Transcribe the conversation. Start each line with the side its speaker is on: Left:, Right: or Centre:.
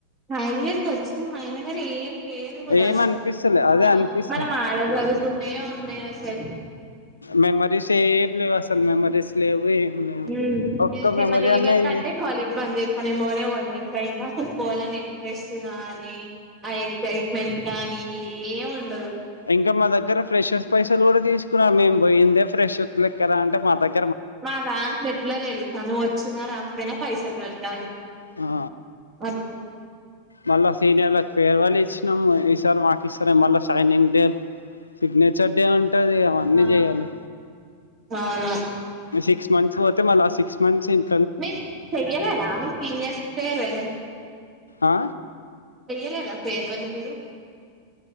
Right: ఫైనలియర్ కొచ్చినం అయిన కానీ ఏం సేమ్ కూడా
Left: ఏం
Right: అసలుకి
Left: అనిపిస్తలే
Right: ఆ
Left: అదే అనిపిస్తది
Right: మనం ఆడ చదువుకున్నయే ఉన్నాయసలు
Left: మెమరీస్ ఏ లేవసలు మెమరీస్ లేవు లేవు
Right: మ్మ్
Left: ఒక్క
Right: నేనైతే
Left: మెమరీ
Right: ఏమన్న ఈవెంట్
Left: అన్నా అయింది
Right: అంటే కాలేజ్ బంద చేస్త నేను పోనే పోను <unintelligible> వాటకి పోలని ఇంట్రెస్ట్ గానీ ఆ ఎగ్జైట్మెంట్ గానీ ఏం ఉండదు
Left: ఇంకా మా దగ్గర ఫ్రెషర్స్ పైసలు కూడా తీసుకున్నారు మేము పోయిందే ఫ్రెషర్స్ లెక్కరా అంటే మా దగ్
Right: మా దాంట్లో ఎట్ల తెలుసా నువ్వు వచ్చినా రాకపోయినా పైసలు కట్టాలి
Left: ఆ
Right: అట్లా
Left: మళ్ళా సీనియర్లకి ఫేర్వెల్ ఇచ్చినాము ఈసార్ మాకు ఇస్తరేమో మళ్ళా షైనింగ్ డే సిగ్నేచర్ డే ఉంటది అవన్నీ
Right: ఆ
Left: చేయాలి
Right: అవును
Left: సిక్స్ మంత్స్ పోతే మళ సిక్స్ మంత్స్ ఇన్
Right: మీ చెయ్యలేదా మీ సీనియర్స్ ఫేర్వెల్
Left: ఆ
Right: చెయ్యలేదా ఫేర్వెల్ మీరు